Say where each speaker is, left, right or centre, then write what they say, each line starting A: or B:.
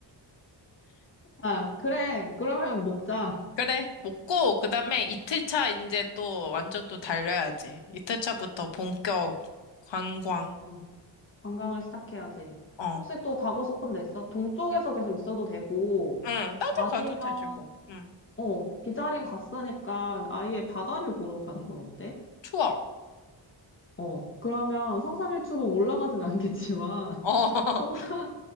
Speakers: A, on the left (about 30°); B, on the left (about 75°).
A: 아, 그래. 그러면 먹자.
B: 그래, 먹고, 그 다음에 이틀차 이제 또 완전 또 달려야지. 이틀차부터 본격 관광.
A: 응. 관광을 시작해야지.
B: 어.
A: 혹시 또 가고 싶은 데 있어? 동쪽에서 계속 있어도 되고,
B: 응, 나도
A: 아니면,
B: 가도 되지, 뭐. 응.
A: 어, 비자린 갔으니까 아예 바다를 보러 가는 건 어때?
B: 좋아.
A: 어, 그러면 성산일출봉 올라가진 않겠지만,
B: 어.
A: <laughs>
B: <laughs>
A: 성산,